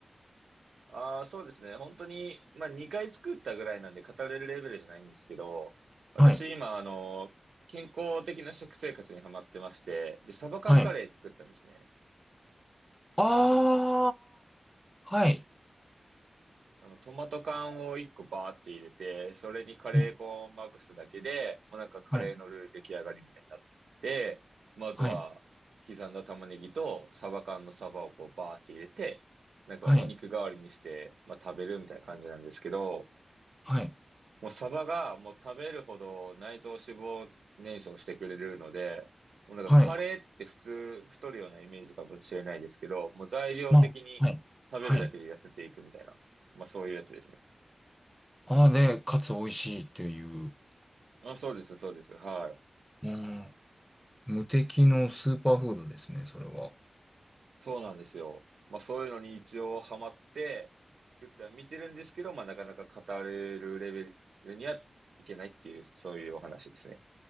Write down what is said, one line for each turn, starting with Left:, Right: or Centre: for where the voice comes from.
Right: ああ、そうですね。本当に、まあ、2回作ったぐらいなんで語れるレベルじゃないんですけど、私今、
Centre: はい。
Right: あの、健康的な食生活にハマってまして、で、サバ缶カレー作ったんですね。
Centre: はい。ああ、はい。
Right: あの、トマト缶を1個バーって入れて、それにカレー粉をまぶすだけで、
Centre: はい。
Right: もうなんかカレーのルー出来上がりみたいになって、
Centre: はい。
Right: まあ、あとは、
Centre: はい。
Right: 刻んだ玉ねぎとサバ缶のサバをこうバーって入れて、なんかお肉代わりにして、
Centre: はい。
Right: まあ、食べるみたいな感じなんですけど、
Centre: はい。
Right: もうサバがもう食べるほど内臓脂肪燃焼してくれるので、もうなんかカレーって普通太るようなイメージかもしれないですけど、
Centre: はい。
Right: もう材料的に食べるだけで痩せていくみたいな。
Centre: まあ、はい。はい。
Right: まあそういうやつですね。
Centre: ああ、で、かつ美味しいっていう、
Right: あ、そうです、そうです。はい。
Centre: うん。無敵のスーパーフードですね、それは。
Right: そうなんですよ。まあそういうのに一応ハマって作っては見てるんですけど、まあなかなか語れるレベルにはいけないっていう、そういうお話ですね。